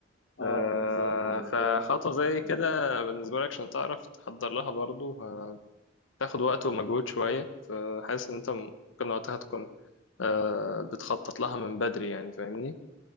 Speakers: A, on the left; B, on the left.
A: آه
B: آه،
A: بالضبط، بالضبط
B: فخطوة
A: هو
B: زي
A: آه،
B: كده بالنسبة لك عشان تعرف تحضر لها برضو هتاخد وقت ومجهود شوية فحاسس إن أنت ممكن وقتها تكون آه، بتخطط لها من بدري يعني فاهمني؟